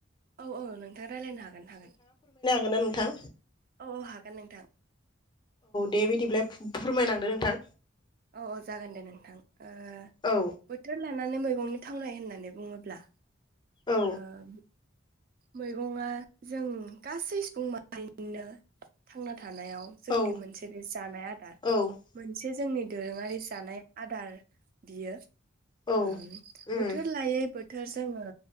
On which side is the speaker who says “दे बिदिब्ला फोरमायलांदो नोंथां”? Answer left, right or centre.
Left